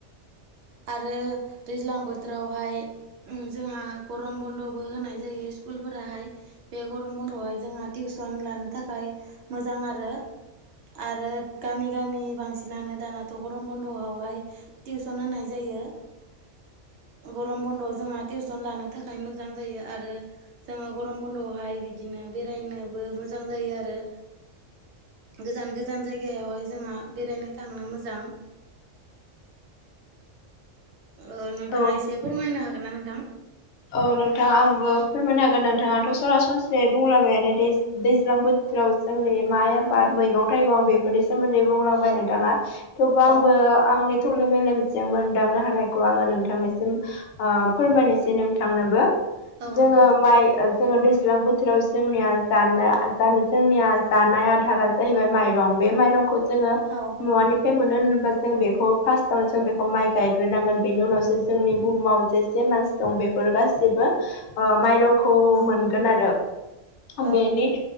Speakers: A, on the right; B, on the left.
A: आरो दैज्लां बोथोरावहाय उम जोंहा गरम बन्दबो होनाय जायो स्कुलफोराहाय बे गरम बन्द हाय जोंहा टिउसन लानो थाखाय मोजां आरो। आरो गामि गामि बांसिनानो दानाथ गरम बन्द आवहाय टिउसन होनाय जायो। गरम बन्द आव जोंहा टिउसन लानो थाखाय मोजां जायो आरो जोङो गरम बन्द आवहाय बिदिनो बेरायनोबो मोजां जायो आरो। गोजान गोजान जायगायावहाय जोंहा बेरायनो थांनो मोजां। ओ नोंथाङा
B: औ
A: एसे फोरमायनो हागोन ना नोंथां?
B: औ नोंथां आंबो फोरमायनो हागोन नोंथाङाथ सरासनस्रायै बुंलाबायानो दै दैज्लां बोथ थोराव जोंनि माइ आबाद मैगं थाइगं बेफोरनि सोमोन्दै बुंलांबाय
A: औ
B: नोंथाङा थेवबो आंबो
A: औ
B: आंनि थौले मेलेम जों मोनदांनो हानायखौ आङो नोंथांनिसिम ओ फोरमायनोसै नोंथांनोबो।
A: औ
B: जोङो
A: नोंथां
B: माइ ओ जोङो दैज्लां बोथोराव जोंनिया जानो जानो जोंनिया जानाय आदारा जाहैबाय माइरं बे माइरंखौ जोङो
A: औ
B: मुवानि थाय मोनो होनोबा जों बेखौ फार्स्टआव जों बेखौ माइ गायग्रोनांगोन बेनि उनावसो जोंनि बुहुमाव जेसे मानसि दं बेफोर गासिबो ओ माइरंखौ
A: औ
B: मोनगोन आरो
A: औ
B: बेनि
A: नोंथां